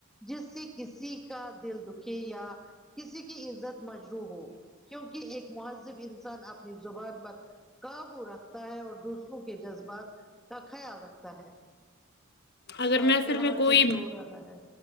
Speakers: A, in the centre; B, on the left (about 50°).
A: جس سے کسی کا دل دکے یا کسی کی عزت مجرو ہو کیونکہ ایک مہذب انسان اپنی زبان پر کاف رکھتا ہے اور دوسروں کے جذبات کا خیال رکھتا ہے
B: اگر
A: آپ
B: محفل
A: کے وہاں
B: میں کوئی
A: سے شور آ رہا ہے